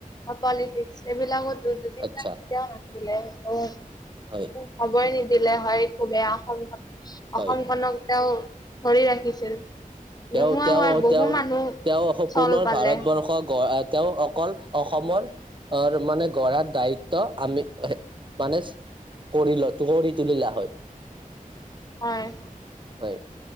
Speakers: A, on the left (about 25°); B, on the right (about 35°).
A: পলিটিক্স এইবিলাকত দু কেতিয়াও
B: আচ্ছা
A: নাছিলে অ।
B: হয়
A: মোক খবয়ে নিদিলে হয় খুবেয়া অসমখন
B: হয়
A: অসমখনক- তেওঁ ধৰি ৰাখিছিল। নোহোৱা
B: তেওঁ তেওঁ
A: হোৱা বহু
B: তেওঁ
A: মানুহ
B: তেওঁ
A: চল
B: পুনৰ
A: পালে
B: ভাৰতবৰ্ষ গ তেওঁ অকল অসমৰ আহ মানে গঢ়াৰ দায়িত্ব আমি- মানে কৰি লয় কৰি তুলিলোৱা হয়।
A: হয়
B: হয়